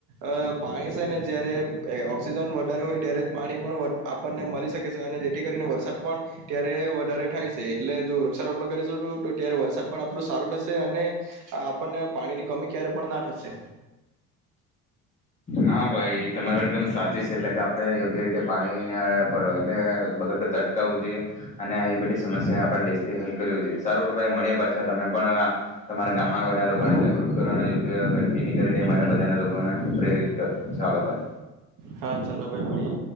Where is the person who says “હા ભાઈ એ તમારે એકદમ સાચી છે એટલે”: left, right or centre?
Left